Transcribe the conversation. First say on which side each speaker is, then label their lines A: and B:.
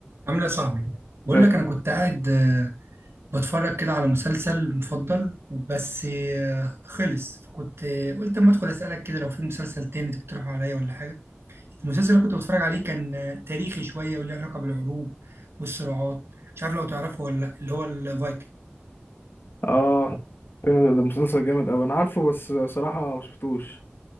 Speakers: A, on the right; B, on the left.
A: عامل ايه يا صاحبي بقول
B: طيب
A: لك انا كنت قاعد آه، بتفرج كده على مسلسل مفضل بس آه، خلص فكنت آه، قلت اما ادخل اسالك كده لو في مسلسل تاني تقترحه عليا ولا حاجه المسلسل اللي كنت بتفرج عليه كان آه، تاريخي شويه وليه علاقه بالحروب والصراعات مش عارف لو تعرفه ولا لأ، اللي هو الفايكنج
B: اه فيلم ده مسلسل جامد اوي انا عارفه بس صراحة ما شفتوش